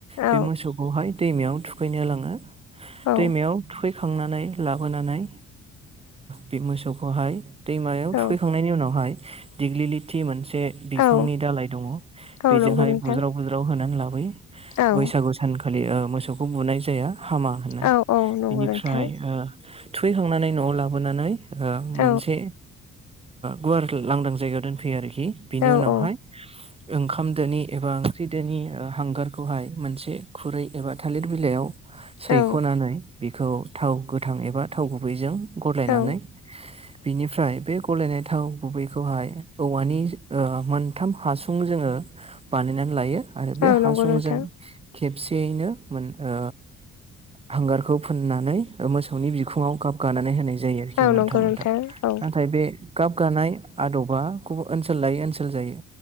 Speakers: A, on the left (about 55°); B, on the right (about 20°).
A: औ
B: बे मोसौखौहाय दैमायाव थुखैनो लाङो
A: औ
B: दैमायाव थुखैखांनानै लाबोनानै बे मोसौखौहाय दैमायाव
A: औ
B: थुखैखांनायनि उनावहाय दिग्लिलिथि मोनसे बिफांनि
A: औ
B: दालाय दङ
A: औ
B: बेजोंहाय
A: नंगौ नोंथां
B: बुज्राव बुज्राव होनानै लाबोयो।
A: औ
B: बैसागु सानखालि मोसौखौ बुनाय जाया हामा।
A: औ औ नंगौ
B: बिनि
A: नोंथां
B: फ्राय ओ थुखैखांनायनि न लाबोनानै
A: औ
B: मोनसे गुवार लांदां जायगायाव दोनफैयो आरोखि हि बिनि
A: औ
B: नहाय
A: औ
B: ओंखामदोनि एबा ओंख्रिदोनि हांगारखौहाय मोनसे खुरै एबा थालिर बिलाइयाव सैख'नानै
A: औ
B: बिखौ थाव गोथां एबा थाव गुबैजों गलायनानै
A: औ
B: बिनिफ्राय बे गलायनाय थाव गुबैखौहाय औवानि मोनथाम हासुं जोंङो बानायनानै लायो आरो बे
A: औ
B: हासुंजों
A: नंगौ नोंथां
B: खेबसेयैनो-मोन ओ हांगाररखौ फोननानै ओ मोसौनि बिखुङाव गाब गानानै होनाय जायो आरोखि
A: औ
B: मोनथाम
A: नंगौ
B: मोनथाम
A: नोंथां औ
B: नाथाय बे गाब गानाय आदबा गुबु-ओनसोल लायै ओनसोल जायो